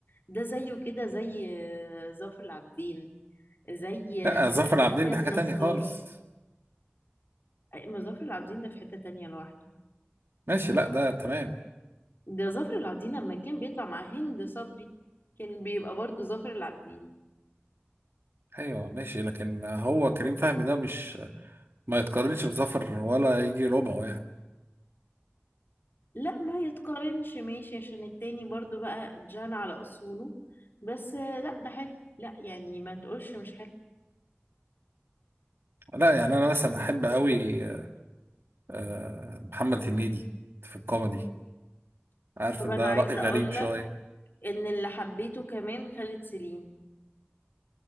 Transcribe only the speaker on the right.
لا
ظافر عابدين
ده حاجه
تانية خالص
ماشي لا ده تمام
ايوه ماشي لكن هو كريم فهمي ده مش ما يتقارنش بظفر ولا يجي ربعه يعني
لا يعني انا مثلا احب قوي آه، محمد هنيدي في الكوميدي عارف
ان
ده
رأي غريب
شويه